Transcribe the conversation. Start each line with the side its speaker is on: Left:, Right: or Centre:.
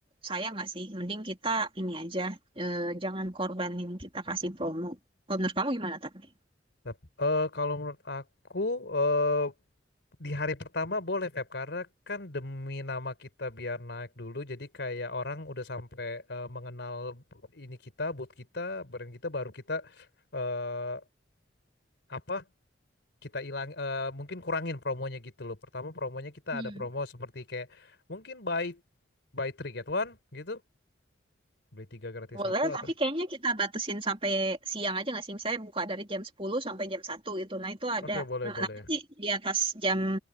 Right: sayang nggak sih? Mending kita ini aja, eh, jangan korbanin kita kasih promo. Kalau menurut kamu gimana tapi?
Left: Tep- eh, kalau menurut aku eh, di hari pertama boleh Feb karena kan demi nama kita biar naik dulu jadi kayak orang udah sampai eh, mengenal ini kita, boot kita, brand kita baru kita eh apa kita hilang eh, mungkin kurangin promonya gitu loh. Pertama promonya kita
Right: Hmm.
Left: ada promo seperti kayak mungkin buy buy three get one gitu, beli tiga gratis
Right: Boleh,
Left: satu atau
Right: tapi kayaknya kita batasin sampai siang aja nggak sih? Misalnya buka dari jam 10 sampai jam satu gitu. Nah, itu ada.
Left: oke boleh
Right: Nah,
Left: boleh
Right: nanti di atas jam